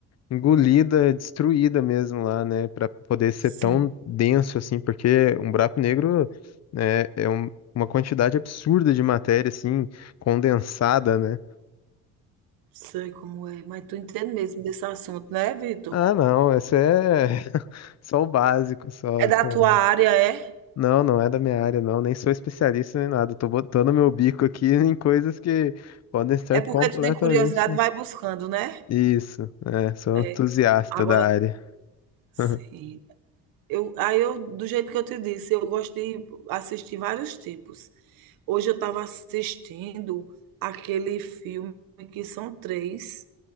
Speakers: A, on the left; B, on the right.
A: engolida, é destruída mesmo lá, né? Pra poder ser
B: sim,
A: tão denso assim, porque um buraco negro é, é um- uma quantidade absurda de matéria, assim, condensada, né?
B: sei como é, mas tu entende mesmo desse assunto, né, Vitor?
A: Ah, não, essa é <laughs> só o básico, só,
B: É da
A: sei
B: tua
A: lá.
B: área, é?
A: Não, não é da minha área, não, nem sou especialista nem nada. Tô botando meu bico aqui <laughs> em coisas que podem estar
B: É porque
A: completamente.
B: tu tem curiosidade, vai buscando, né?
A: Isso, é, sou
B: É,
A: um entusiasta
B: agora
A: da área.
B: sim.
A: <laughs>
B: Eu, aí eu, do jeito que eu te disse, eu gosto de assistir vários tipos. Hoje eu estava assistindo aquele filme que são três.